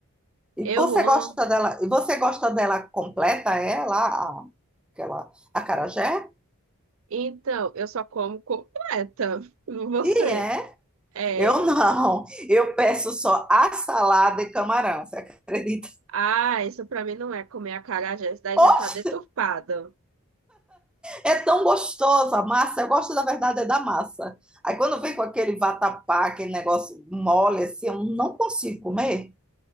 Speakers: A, in the centre; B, on the right.
A: E
B: eu
A: você
B: amo.
A: gosta dela? E você gosta dela completa, ela, a- aquela acarajé?
B: Então, eu só como completa. <laughs> Você?
A: E é?
B: É.
A: Eu não. Eu peço só a salada e camarão. Você acredita?
B: Ah, isso pra mim não é comer acarajé, isso daí já
A: Oxe,
B: tá deturpado.
A: é tão gostoso a massa. Eu gosto da verdade é da massa. Aí quando vem com aquele vatapá, aquele negócio mole assim, eu não consigo comer.